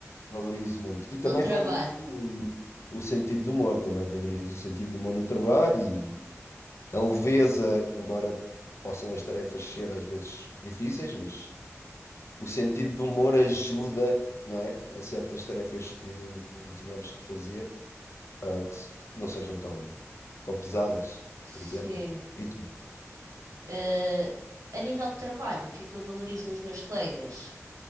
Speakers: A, on the left; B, on the right.
A: Valorizo muito. E também
B: Num trabalho.
A: valorizo o, o sentido do humor, também valorizo o sentido do humor no trabalho e a leveza, embora possam as tarefas ser às vezes difíceis, mas o sentido do humor ajuda, não é, a certas tarefas que tínhamos que fazer, ah, que se- não sejam tão, tão pesadas,
B: Sim.
A: por exemplo. E tu?
B: Eh, a nível de trabalho, o que é que eu valorizo nos meus colegas?